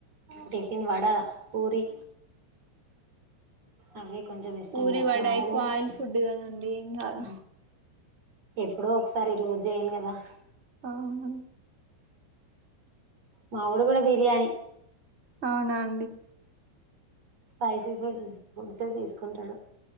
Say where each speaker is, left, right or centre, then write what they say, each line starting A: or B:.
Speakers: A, on the right; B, on the right.
A: టిఫిన్ వడ పూరి అవి కొంచం ఇష్టంగా
B: పూరి వడ
A: మా వోడు
B: ఎక్కువ
A: కూడా
B: ఆయిల్ ఫుడ్ కదండి ఏం కాదు
A: ఊ ఎప్పుడో ఒకసారి రోజూ జెయ్యను కద వా
B: అవునన
A: మావడ కూడా బిర్యాణి
B: అ నా
A: స్పైసి ఫుడ్ హోంసే తీసుకుంటాడు